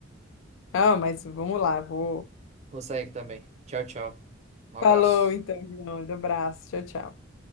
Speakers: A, on the left (about 85°); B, on the right (about 35°).
A: Ah, mas vamos lá, vou.
B: Vou sair aqui também. Tchau, tchau. Um abraço.
A: Falou então, João. Um Abraço. Tchau, tchau.